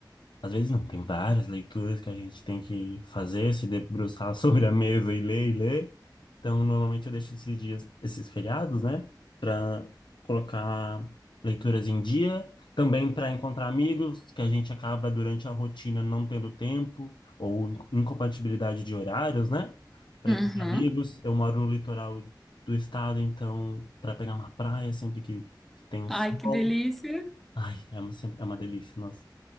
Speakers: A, on the left; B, in the centre.
A: às vezes não, tem várias leituras que a gente tem que fazer, se debruçar <laughs> sobre a mesa e ler e ler. Então, normalmente eu deixo esses dias, esses feriados, né, para colocar leituras em dia, também para encontrar amigos que a gente acaba durante a rotina não tendo tempo ou in- incompatibilidade de horários, né? Para
B: Uhum.
A: encontrar amigos, eu moro no litoral do estado, então para pegar uma praia sempre que tem um
B: Ai,
A: sol,
B: que delícia!
A: ai, é uma, sempre, é uma delícia, nossa.